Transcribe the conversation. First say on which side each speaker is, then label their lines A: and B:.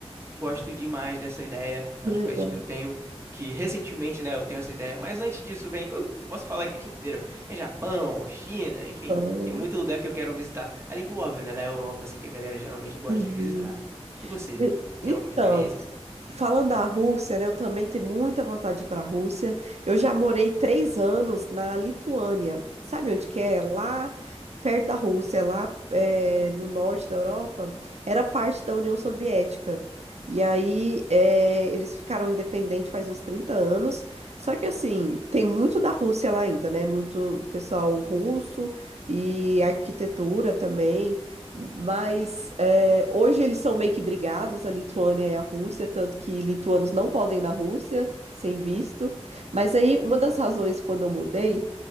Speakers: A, on the right; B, on the right.
A: Gosto demais dessa ideia. É
B: Que
A: um dos
B: legal.
A: países que eu tenho, que recentemente, né, eu tenho essa ideia. Mas antes disso, vem, eu eu posso falar aqui o dia inteiro. É Japão, China, enfim,
B: Aham.
A: tem muito lugar que eu quero visitar. Além do óbvio, né, da Europa, assim, que a galera geralmente gosta
B: Sim.
A: de visitar. E você,
B: Eu- Então,
A: tem alguma experiência assim?
B: Falando da Rússia, né? Eu também tenho muita vontade de ir para a Rússia. Eu já morei três anos na Lituânia. Sabe onde que é? Lá perto da Rússia, lá é, no norte da Europa, era parte da União Soviética. E aí é, eles ficaram independentes faz uns 30 anos. Só que assim, tem muito da Rússia lá ainda, né? Muito pessoal russo e arquitetura também. Mas é, hoje eles são meio que brigados, a Lituânia e a Rússia, tanto que lituanos não podem ir na Rússia sem visto. Mas aí, uma das razões quando eu mudei